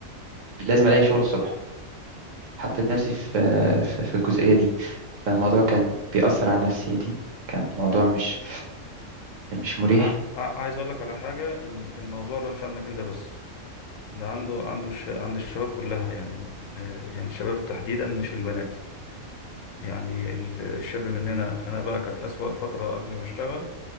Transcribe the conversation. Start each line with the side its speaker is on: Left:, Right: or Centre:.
Right: لازم ألاقي شغل الصبح حطيت نفسي في في في الجزئية دي فالموضوع كان بيأثر على نفسيتي كان موضوع مش مش مريح
Left: انا ع- عايز اقول لك على حاجه ال- الموضوع ده مش عندك انت بس ده عنده عنده الش... عند الشباب كلها يعني آه، يعني الشباب تحديدا مش البنات يعني ال- الشاب مننا انا بقى كانت اسوأ فتره قبل ما اشتغل